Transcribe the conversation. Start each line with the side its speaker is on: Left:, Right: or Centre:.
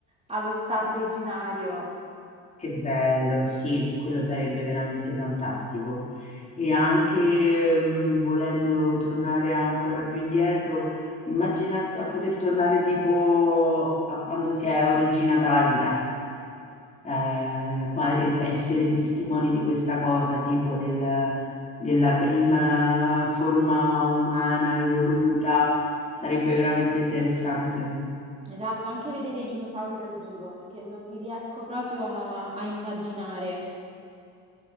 Right: allo stato originario.
Left: Che bello, sì, quello sarebbe veramente fantastico. E anche mh, volendo tornare ancora più indietro, immagina a poter tornare tipo a quando si è originata la vita, Eh, qua- e essere testimoni di questa cosa, tipo del- della prima forma umana evoluta, sarebbe veramente interessante.
Right: Esatto, anche vedere i dinosauri dal vivo, perché non li riesco proprio a, a immaginare.